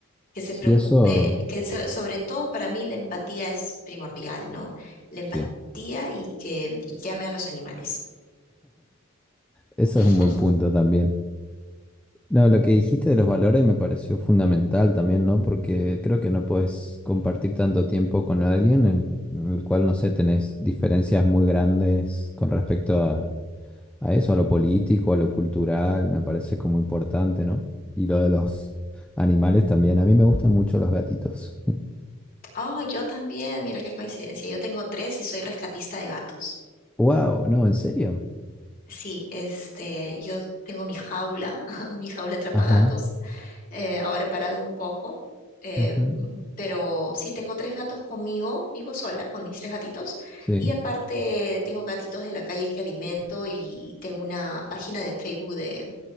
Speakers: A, on the left; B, in the centre.
A: que se
B: Sí,
A: preocupe,
B: eso,
A: que so- sobre todo para mí la empatía es primordial, ¿no? La empatía
B: sí.
A: y que, y que ame a los animales.
B: Eso
A: <laughs>
B: es un buen punto también. No, lo que dijiste de los valores me pareció fundamental también, ¿no? Porque creo que no puedes compartir tanto tiempo con alguien en, en el cual, no sé, tenés diferencias muy grandes con respecto a, a eso, a lo político, a lo cultural, me parece como importante, ¿no? Y lo de los animales también. A mí me gustan mucho los gatitos.
A: Oh, yo también, mira qué coincidencia. Yo tengo tres y soy rescatista de gatos.
B: <laughs> ¡Wow! No, ¿en serio?
A: Sí, este, yo tengo mi jaula, <laughs> mi jaula atrapagatos,
B: Ajá.
A: eh, ahora he parado un poco, eh,
B: Ujú,
A: mm, pero sí tengo tres gatos conmigo, vivo sola con mis tres gatitos,
B: Sí,
A: y aparte tengo gatitos de la calle que alimento y tengo una página de Facebook de,